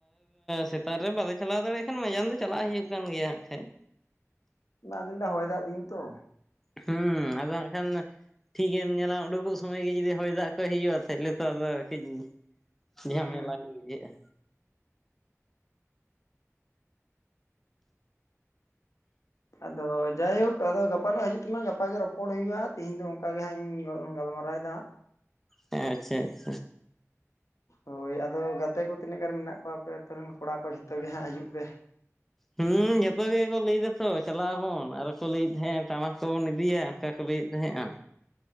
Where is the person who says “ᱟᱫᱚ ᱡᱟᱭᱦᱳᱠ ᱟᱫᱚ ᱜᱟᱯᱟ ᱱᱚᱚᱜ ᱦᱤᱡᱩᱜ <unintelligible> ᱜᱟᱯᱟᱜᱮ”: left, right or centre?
Left